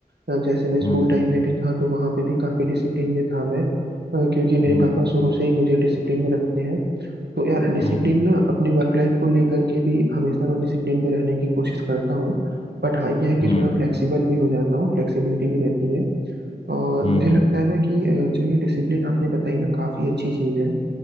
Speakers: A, on the right; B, on the left.
A: अ, जैसे मैं स्कूल
B: हम्म
A: टाइम में भी था तो वहाँ पे भी काफ़ी डिसिप्लिन में था मैं अ, क्योंकि मेरे
B: हम्म
A: पापा शुरू से ही मुझे डिसिप्लिन में रखते हैं तो यार डिसिप्लिन
B: हम्म
A: ना अपने वर्क लाइफ को लेकर के भी हमेशा मैं डिसिप्लिन में रहने की कोशिश करता हूँ बट हाँ यह है कि
B: हम्म
A: थोड़ा फ्लेक्सिबल भी हो जाता हूँ फ्लेक्सिबिलिटी भी रहती है और
B: हम्म
A: मुझे
B: हम्म,
A: लगता है ना कि अ, जो ये डिसिप्लिन आपने बताई ना काफ़ी अच्छी चीज़ है